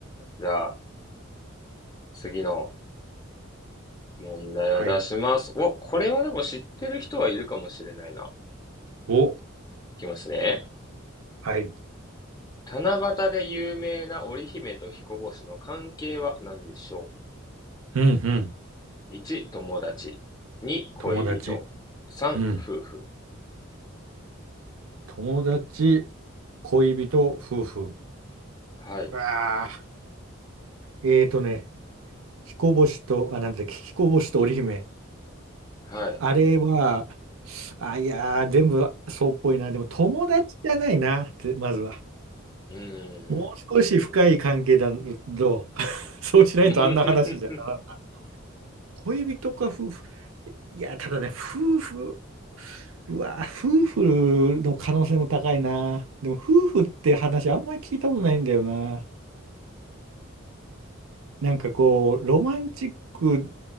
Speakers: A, on the left; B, on the right.
A: じゃあ、次の問題を出します。
B: はい。
A: お、これはでも知ってる人はいるかもしれないな。
B: お、
A: いきますね。
B: はい。
A: 七夕で有名な織姫と彦星の関係は何でしょ
B: うんうん。
A: う ?1、友達。2、恋人。
B: 友達。
A: 3、
B: うん。
A: 夫婦。
B: 友達、恋人、夫婦。
A: はい。
B: うわあ、えーとね、彦星と、あ、なんだっけ、彦星と織姫。
A: はい。
B: あれは、あ、いやー、全部そうっぽいな。でも友達じゃないな、ぜまずは。
A: うーん。
B: もう少し深い関係だと、<laughs> そうしないとあんな話じゃならんな。
A: <laughs> うふふふ
B: 恋人か夫婦。いや、ただね、夫婦、うわー、夫婦の可能性も高いな。でも夫婦って話あんまり聞いたことないんだよな。なんかこう、ロマンチック、